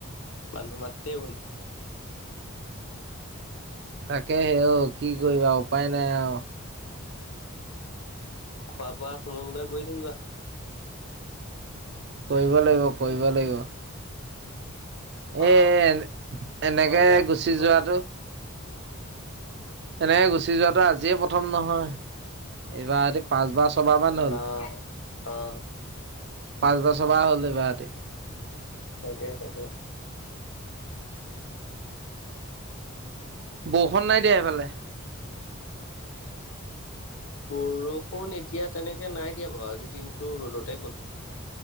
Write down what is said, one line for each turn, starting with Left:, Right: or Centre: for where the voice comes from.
Left: মানুহ মােতে ভুল।
Right: তাকে সেও কি কৰিবা উপায় নাই আৰু
Left: খোৱা বোৱা সময়মতে কৈ থাকিবা।
Right: কৰিব লাগিব কৰিব লাগিব। এ
Left: অ
Right: এ এনেকে
Left: অ যায়
Right: গুচি
Left: অ
Right: যোৱাতটো
Left: যাম
Right: এনেকে গুচি যোৱাতটো আজিয়ে প্ৰথম নহয় এইবাৰ সতি পাঁচবাৰ ছবাহ মান হ'ল
Left: অ', অ',
Right: পাঁচ বছৰ বা হ'ল এবা হতি
Left: তাকে তাকে
Right: বৰষুণ নাই দিয়া সেইফালে
Left: বৰষুণ এতিয়া তেনেকে নাই দিয়া বাৰু আজি দিনতটো ৰ'দতে গ'ল